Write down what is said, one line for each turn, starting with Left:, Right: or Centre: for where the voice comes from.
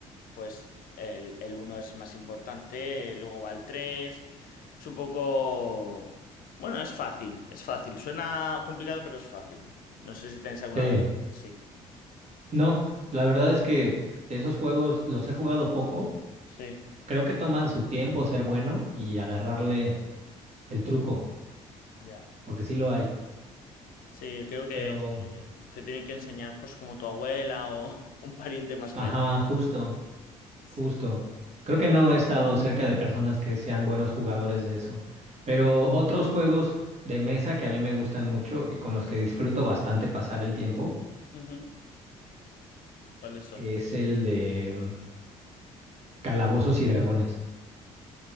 Left: pues el, el uno es más importante, luego va el tres Es un poco... Bueno, es fácil, es fácil. Suena complicado, pero es fácil. No sé si tenéis alguna
Right: sí.
Left: vez así.
Right: No, la verdad es que esos juegos los he jugado poco.
Left: Sí,
Right: Creo que toman su tiempo ser bueno y agarrarle el truco,
Left: ya.
Right: porque sí lo hay.
Left: Sí, creo que
Right: Pero
Left: eh, te tienen que enseñar pues como tu abuela o <laughs> un pariente más
Right: Ajá,
Left: mayor.
Right: justo,
Left: Sí.
Right: justo. Creo que no he estado cerca de personas que sean buenos jugadores de eso. Pero otros juegos de mesa que a mí me gustan mucho y con los que disfruto bastante pasar el tiempo
Left: Ujú. ¿Cuáles son?
Right: es el de mm, Calabozos y Dragones.